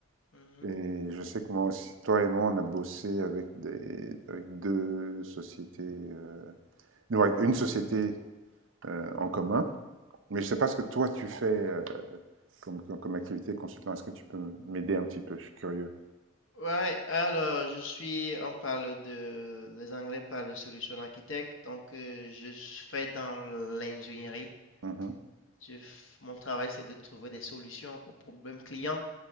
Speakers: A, on the left (about 70°); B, on the right (about 65°).
A: Mhm,
B: Et je sais que moi aussi, toi et moi, on a bossé avec des, avec deux sociétés, euh, non, avec une société euh, en commun. Mais je sais
A: mhm.
B: pas ce que toi tu fais euh, comme, comme, comme activité consultant. Est-ce que tu peux m'aider un petit peu? Je suis curieux.
A: Ouais, alors je suis, on parle de, les Anglais parlent de solution architecte, donc euh, je fais dans l'ingénierie.
B: Mhm.
A: Je, f- mon travail, c'est de trouver des solutions aux problèmes clients,